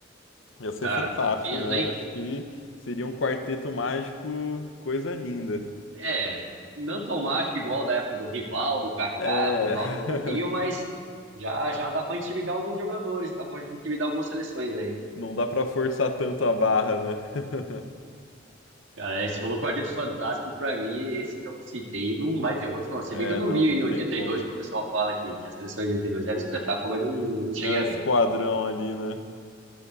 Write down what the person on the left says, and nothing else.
ia ser
fantástico,
né? Eu
acho que seria um quarteto mágico, coisa linda.
É.
<laughs>
Não dá pra forçar tanto a barra, né? <laughs>
É,
não,
não
tem como.
É o
esquadrão
ali, né?